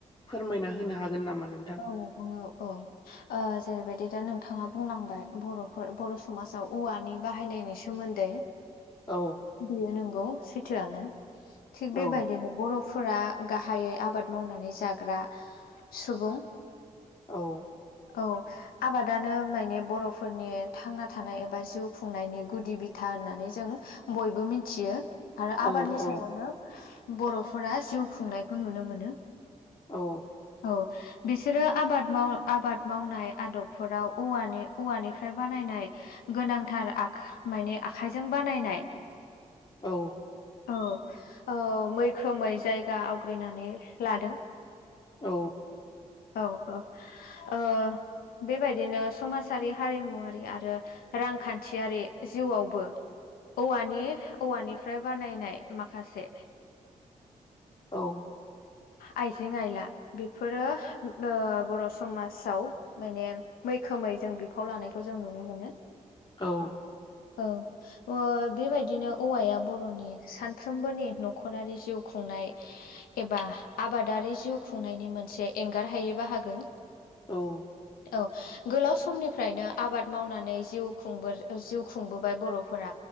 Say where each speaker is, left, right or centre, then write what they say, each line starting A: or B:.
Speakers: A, on the left (about 35°); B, on the left (about 90°).
A: फोरमायना होनो हागोन नामा। नोंथां?
B: औ औ औ ओ जेरैबायदि दा नोंथाङा बुंलांबाय बर'फोर बर' समाजाव औवानि बाहायनायनि सोमोन्दै
A: औ
B: बेयो नंगौ सैथोआनो थिग
A: औ
B: बेबायदिनो बर' फोरा गाहायै आबाद मावनानै जाग्रा सुबुं।
A: औ
B: औ आबादानो माने बर'फोरनि थांना थानाय एबा जिउ खुंनायनि गुदि बिथार। होननानै जों बयबो मिथियो। आरो आबादनि
A: औ औ
B: सायावनो बर'फोरा जिउ खुंनायखौ नुनो मोनो।
A: औ
B: औ बिसोरो आबाद माव आबाद मावनाय आदबफोराव औवानिफ्राय बानायनाय गोनांथार आ माने आखाइजों बानायनाय
A: औ
B: औ ओ मैखोमै जायगा आवग्रिनानै लादों।
A: औ
B: औ औ ओ बेबायदिनो समाजारि हारिमुवारि आरो रांखान्थियारि जिउआवबो औवानि औवानिफ्राय बानायनाय माखासे
A: औ
B: आइजें आइला बेफोरो ओ बर' समाजाव माने मैखोमै जों बिफाव लानायखौ। जों नुनो मोनो
A: औ
B: औ ओ बेबायदिनो औवाया बर'नि सानफ्रोमबोनि न'खरारि जिउ खुंनाय। एबा आबादारि जिउ खुंनायनि मोनसे एंगारहायै बाहागो।
A: औ
B: औ गोलाव समनिफ्रायनो आबाद मावनानै जिउ खुंबो जिउ खुंबोबाय बर'फोरा